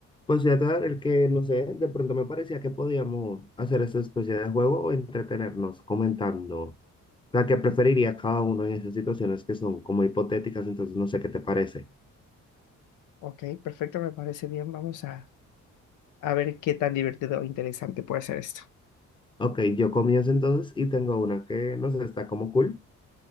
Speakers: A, on the left (about 15°); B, on the left (about 80°).
A: Pues fíjate, el que no sé, de pronto me parecía que podíamos hacer esa especie de juego o entretenernos comentando la que preferiría cada uno en esas situaciones que son como hipotéticas, entonces no sé qué te parece.
B: Ok, perfecto, me parece bien. Vamos a, a ver qué tan divertido o interesante puede ser esto.
A: Ok, yo comienzo entonces y tengo una que no sé, está como cool,